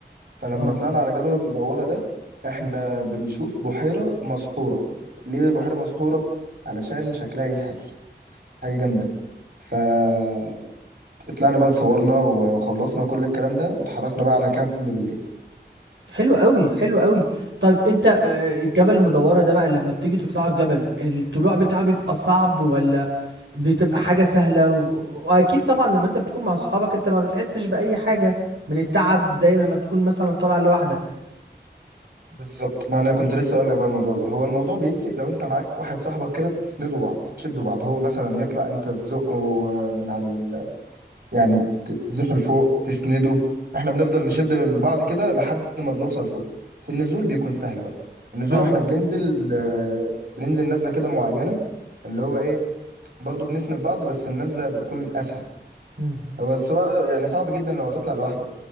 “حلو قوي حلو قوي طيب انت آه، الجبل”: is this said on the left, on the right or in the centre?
Right